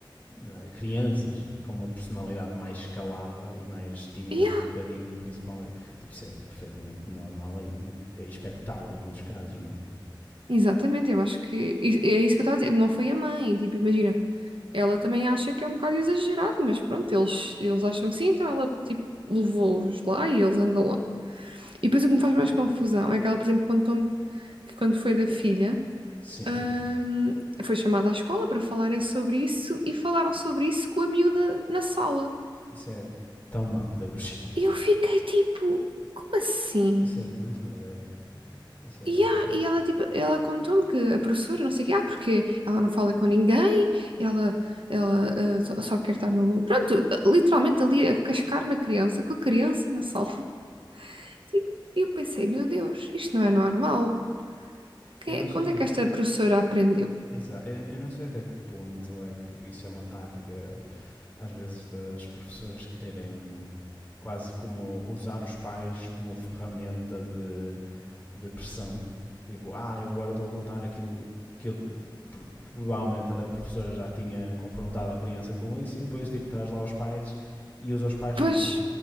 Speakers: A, on the left; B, on the right.
A: não é, crianças com uma personalidade mais escalada e mais tímida
B: Ya,
A: um bocadinho, principalmente. Tipo, isso é perfeitamente normal e, e é expectável em muitos casos, não?
B: Exatamente, eu acho que e- é isso que eu estava a dizer. Não foi a mãe, tipo, imagina, ela também acha que é um bocado exagerado, mas pronto, eles, eles acham que sim, então ela tipo levou-os lá e eles andam lá. E depois o que me
A: Sim.
B: faz mais confusão é que ela, por exemplo, contou-me que quando foi da filha,
A: Sim.
B: hum, foi chamada à escola para falarem sobre isso e falaram sobre isso com a miúda na sala.
A: Isso é tão má pedagogia.
B: E eu fiquei tipo, como assim?
A: Isso é muito má ideia. Isso é.
B: E, ah e ela, tipo, ela contou-me que a professora, não sei o quê, ah, porque ela não fala com ninguém, ela, ela ah, só, só quer estar no... Pronto, literalmente ali a cascar na criança, com a criança na sala. <laughs> Tipo, E eu pensei,
A: é-
B: meu Deus, isto não é normal. Quem
A: Eu não
B: é-
A: sei
B: onde
A: até
B: é que
A: que.
B: esta professora aprendeu?
A: Exato. eu não sei até que ponto é que isso é uma tática às vezes das professoras quererem quase como usar os pais como ferramenta de, de pressão. Tipo, ah, eu agora estou a contar aquilo que eu. Tipo, provavelmente a professora já tinha confrontado a criança com isso e depois, tipo, traz lá os pais e usa os pais,
B: Pois,
A: tipo,